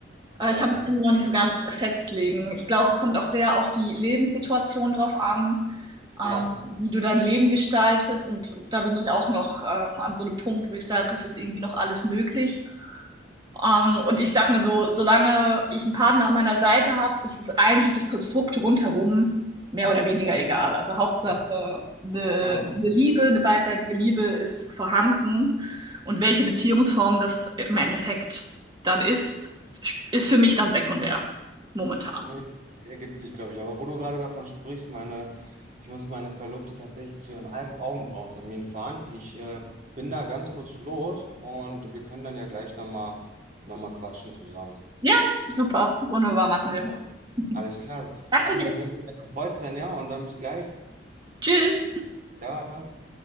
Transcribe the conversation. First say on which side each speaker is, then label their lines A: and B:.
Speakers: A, on the right; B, on the right.
A: äh,
B: ja,
A: ich kann mich irgendwie noch nicht so ganz festlegen. Ich glaube, es kommt auch sehr auf die Lebenssituation drauf an, ähm,
B: ja,
A: wie du dein Leben gestaltest. Und da bin ich auch noch ähm, an so einem Punkt, wo ich sage, es ist irgendwie noch alles möglich. Ähm, und ich sag mir so, solange ich einen Partner an meiner Seite habe, ist es eigentlich das Konstrukt rundherum mehr oder weniger egal. Also Hauptsache,
B: ja,
A: eine,
B: ja.
A: eine Liebe, eine beidseitige Liebe ist vorhanden. Und welche Beziehungsform das im Endeffekt dann ist, ist für mich dann sekundär momentan.
B: Nee, Ergibt sich, glaube ich. Aber wo du gerade davon sprichst, meine, ich muss meine Verlobte tatsächlich zu ihrem Augen- Augenbrauentermin fahren. Ich äh, bin da ganz kurz los und wir können dann ja gleich nochmal noch mal noch mal quatschen zusammen.
A: Ja, super. Wunderbar machen
B: Super.
A: wir. <laughs>
B: Alles klar.
A: Danke
B: Hat mich
A: dir.
B: auf jeden Fall sehr gefreut, Sven, Ja und dann bis gleich.
A: Tschüss.
B: Ja.